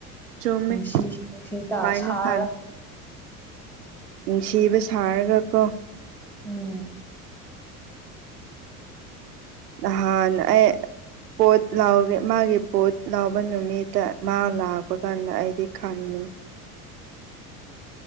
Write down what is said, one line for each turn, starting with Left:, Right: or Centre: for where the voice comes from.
Right: ꯆꯨꯝꯃꯦ
Centre: ꯅꯨꯡꯁꯤ ꯅꯨꯡꯁꯤꯗ
Right: ꯑꯗꯨꯃꯥꯏꯅ
Centre: ꯁꯥꯔꯒ
Right: ꯈꯜ ꯅꯨꯡꯁꯤꯕ ꯁꯥꯔꯒ ꯀꯣ
Centre: ꯎꯝ
Right: ꯍꯥꯟ ꯑꯦ ꯄꯣꯠ ꯂꯥꯎꯦ ꯃꯥꯒꯤ ꯄꯣꯠ ꯂꯥꯎꯕ ꯅꯨꯃꯤꯠꯇ ꯃꯥ ꯂꯥꯛꯄ ꯀꯥꯟꯗ ꯑꯩꯗꯤ ꯈꯥꯅꯤꯡꯉꯦ ꯎ
Centre: <unintelligible>